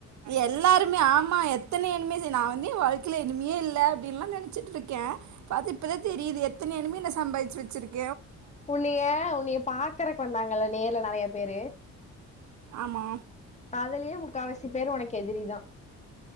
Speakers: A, on the right; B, on the left.
A: எல்லாருமே ஆமா எத்தனை என்னமே நான் வந்து வாழ்க்கையில எனிமியே இல்ல அப்டில்லாம் நினைச்சிட்டு இருக்கேன் பா இப்பதான் தெரியுது எத்தனை அ சம்பாதிச்சு வச்சிறுக்க
B: உன்னிய உன்னிய பாக்குறக்கு வந்தாங்கல்ல நேர்ல நறைய பேரு
A: ஆமா
B: அதலயே முக்காவசி பேரு உனக்கு எதிரிதான்